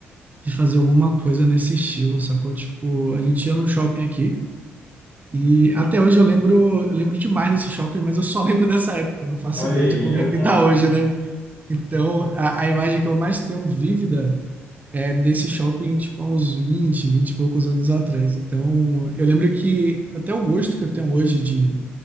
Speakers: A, on the right; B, on the left.
A: de fazer alguma coisa nesse estilo, sacou? Tipo, a gente ia num shopping aqui e até hoje eu lembro, eu lembro demais desse shopping, mas eu só lembro dessa época, eu não faço
B: Olha
A: ideia de
B: aí,
A: como
B: aham.
A: é que tá hoje, né? Então, a, a imagem que eu mais tenho vívida é desse shopping, tipo, há uns vinte 20 e poucos anos atrás. Então, eu lembro que até o gosto que eu tenho hoje de,